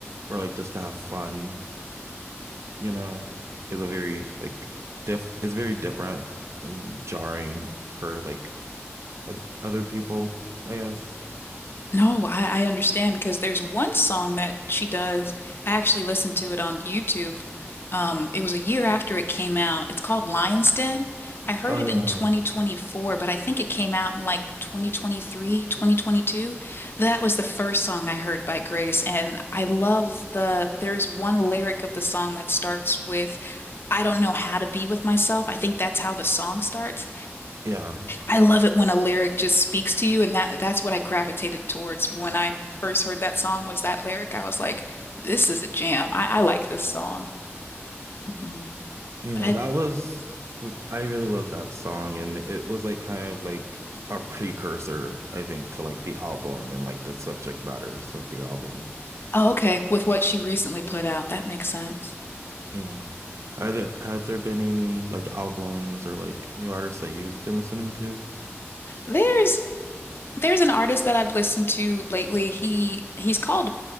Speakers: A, on the right; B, on the left.
A: or like just to have fun, you know, is a very like diff is very different and jarring for like of other people, I guess.
B: No, I, I understand because there's one song that she does. I actually listened to it on YouTube. Um, it was a year after it came out. It's called Lion's Den. I heard
A: Oh
B: it
A: yeah.
B: in 2024, but I think it came out in like 2023, 2022. That was the first song I heard by Grace, and I love the there is one lyric of the song that starts with, I don't know how to be with myself. I think that's how the song starts.
A: Yeah.
B: I love it when a lyric just speaks to you, and that that's what I gravitated towards when I first heard that song was that lyric. I was like, this is a jam. I, I like this song. hmm
A: Yeah,
B: But I,
A: that was I really love that song and it was like kind of like a precursor, I think, to like the album and like the subject matters of the album.
B: oh, okay, with what she recently put out, that makes sense.
A: Yeah. Are there have there been any like albums or like new artists that you've been listening to?
B: There's There's an artist that I've listened to lately. He he's called